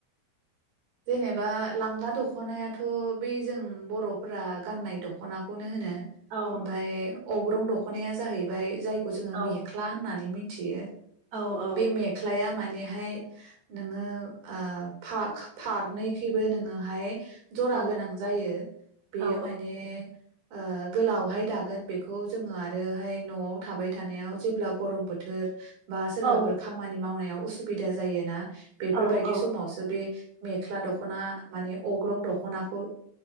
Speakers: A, on the right (about 65°); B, on the right (about 40°).
A: जेनेबा लांगा दखनायाथ' बे जों बर'फोरा गाननाय दखनाखौनो होनो।
B: औ
A: ओमफाय अग्रं दख दखनाया जाहैबाय जाय खौ जोंङो
B: औ
A: मेख्ला होननानै मि थियो।
B: औ औ
A: बे मेख्लाया मा मानेहाय नोंङो आ फाख-फारनैखैबो नोंङोहाय जरा
B: औ
A: गोनां जायो बेयो
B: औ
A: माने ओ गोलावहाय दागोन बेखौ जोंङो आरोहाय न'आव थाबाय थानायाव जेब्ला गरम बोथोर बा सोरबाफोर
B: औ
A: खामानि मावनायाव उसुबिदा जायोना। बेफोरबायदि
B: औ औ
A: समावस बे मेख्ला दखना माने अग्रं दखनाखौ